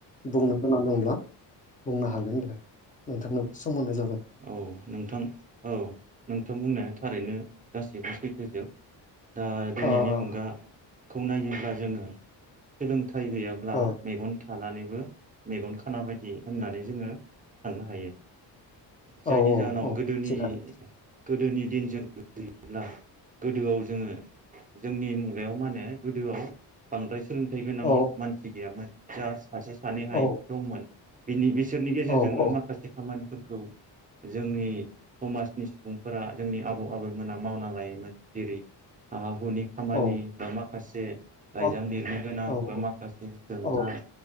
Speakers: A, on the left (about 20°); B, on the right (about 20°).
A: बुंनो गोनां दंब्ला बुंनो हागोन दे नोंथांनोबो सम होनाय जाबाय
B: औ नोंथां औ नोंथां बुंनाया थारैनो गासैबो सैथोजोब दा दिनैनि
A: अ अ
B: मुगा खौ नायोब्ला जोङो सोलों थाय गैयाब्ला
A: अ
B: मेगन थानानैबो मेगन खाना बायदि होननानै जोङो साननो हायो।
A: औ
B: जायनि जाहोनाव
A: औ
B: गोदोनि
A: थिगानो
B: गोदोनि दिन जों <unintelligible> गोदोआव जोङो जोंनि मुगायाव माने गोदोआव बांद्राय सोलों फिथाइ गोनां
A: औ
B: मानसि गैयामोन जास सासे सानैहाय
A: औ
B: दंमोन बिनि बिसोरनि गेजेरजोंनो
A: औ औ
B: माखासे खामानि फोरखौ जोंनि समाजनि सुबुंफोरा जोंनि आबौ आबैमोना मावना लायोमोन जेरै हा हुनि खामानि
A: औ
B: बा माखासे लाइजाम
A: औ
B: लिरनो गोनां
A: औ
B: बा माखासे सोंनाय
A: औ